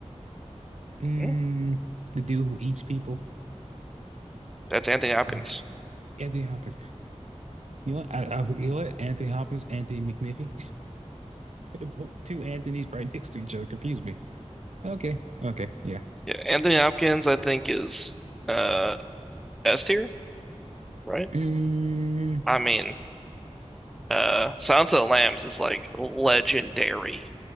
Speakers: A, on the right (about 70°); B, in the centre.
A: Mm,
B: hmm,
A: the dude who eats people.
B: that's Anthony Hopkins.
A: Uh, Anthony Hopkins. You know what? I, I, you know what? Anthony Hopkins, Anthony McMiffy. <laughs> Two Anthony's right next to each other. Confuse me. Okay. Okay. Yeah.
B: Yeah, Anthony Hopkins, I think is uh S tier, right?
A: Mm,
B: I mean, uh, Silence of the Lambs is like legendary.